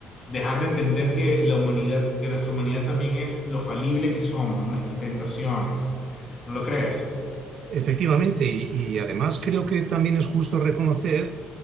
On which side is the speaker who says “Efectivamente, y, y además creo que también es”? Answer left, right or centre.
Right